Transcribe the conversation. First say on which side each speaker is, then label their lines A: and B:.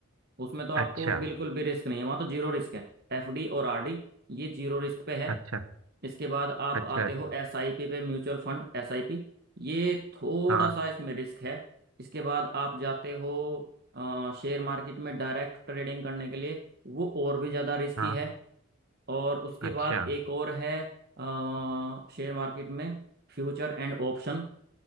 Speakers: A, on the right; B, on the right.
A: उसमें तो आपको
B: अच्छा
A: बिल्कुल भी रिस्क नहीं है वहाँ तो जीरो रिस्क है एफडी और आरडी ये जीरो रिस्क पे है
B: अच्छा
A: इसके बाद आप
B: अच्छा
A: आते
B: अच्छा
A: हो एसआईपी पे म्यूचुअल फंड एसआईपी ये थोड़ा
B: हाँ
A: सा इसमें रिस्क है इसके बाद आप जाते हो अ, शेयर मार्केट में डायरेक्ट ट्रेडिंग करने के लिए वो और भी ज़्यादा रिस्की
B: हाँ
A: है और उसके
B: अच्छा
A: बाद एक और है अ, शेयर मार्केट में फ्यूचर एंड ऑप्शन